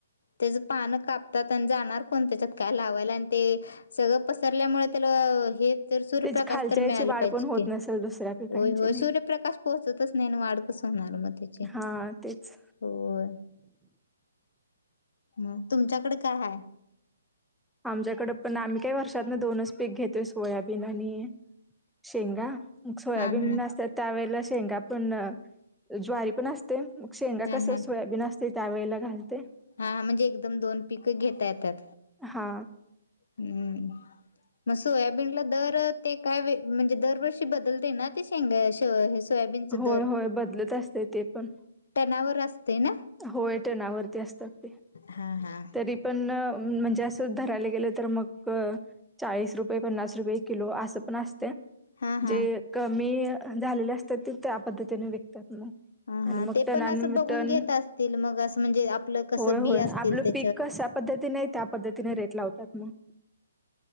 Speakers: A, on the left; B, in the centre.
A: त्याज पान कापतात आणि जाणार कोण त्याच्यात काय लावायला, आणि ते सगळं पसरल्यामुळे ते अ हे तर सूर्यप्रकाश
B: त्याची खालच्या
A: तर
B: याची
A: मिळाला
B: वाढ
A: पाहिजे
B: पण होत
A: की,
B: नसेल दुसऱ्या पिकांची
A: होय होय
B: नाही
A: सूर्यप्रकाश पोहोचतच नाही वाढ कसं होणार मग त्याची
B: हा, तेच.
A: होय, म तुमच्याकडे काय हाय.
B: आमच्याकडें पण, आम्ही काही वर्षात ना दोनच पीक घेतोय, सोयाबीन आणि शेंगा. सोयाबीन
A: हा हा
B: असते त्यावेळेला, शेंगा पण ज्वारी पण असते. मग शेंगा
A: हा
B: कस
A: हा
B: सोयाबीन असते त्यावेळेला घालते.
A: हा, म्हणजे एकदम दोन पीक घेता येतात.
B: हा.
A: हूं. मग सोयाबीनला दर ते काय म्हणजे दरवर्षी बदलतंय हे ना ते शेंगा श सोयाबीनचा
B: होय
A: दर.
B: होय बदलत असतंय ते पण.
A: टनावर असते ना?
B: होय टना वरती असतात ते,
A: हा हा.
B: तरी पण अ म्हणजे असं धरायला गेलं तर मग चाळीस रुपये, पन्नास रुपये किलो असं पण असत्या.
A: हा हा.
B: जे कमी झालेले असतात, ते त्या पद्धतीने विकतात मग.
A: हा
B: आणि
A: हा,
B: मग
A: ते
B: टनानी
A: पण असं बघून
B: टन
A: घेत असतील मग असं म्हणजे आपलं कस
B: होय, होय.
A: बी असतील
B: आपलं
A: ते
B: पीक कश्या पद्धतीने, त्या पद्धतीने रेट लावतात मग.